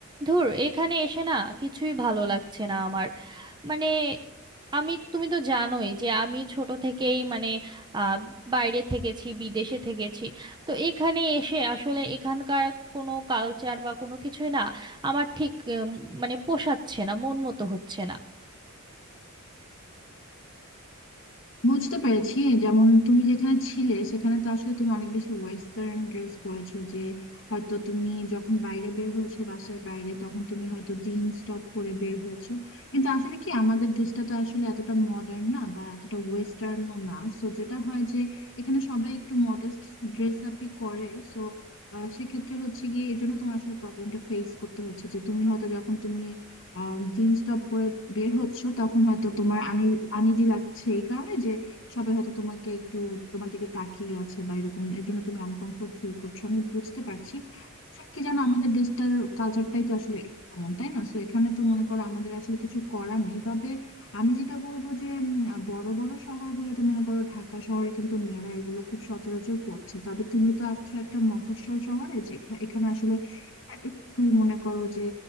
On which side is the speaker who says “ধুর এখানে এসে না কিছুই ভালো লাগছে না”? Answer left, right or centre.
Right